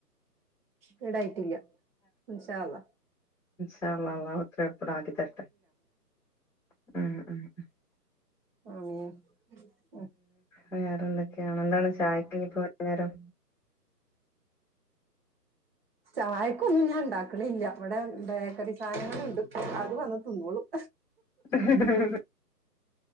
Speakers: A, on the right; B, in the centre.
A: വീടായിട്ടില്ല ഇൻഷഅള്ള.
B: ഉം ഉം ഉം.
A: ആമീൻ ഉം.
B: വേറെ എന്തൊക്കായാണ്, എന്താണ് ചായക്കിനിപ്പോ വൈന്നേരം.
A: ചായക്ക് ഒന്നും ഞാൻ ഇണ്ടാക്കണില്ല, ഇവ്ടെ ബേക്കറി സാധനങ്ങൾണ്ട് അത് വന്ന് തിന്നോളും.
B: <inaudible>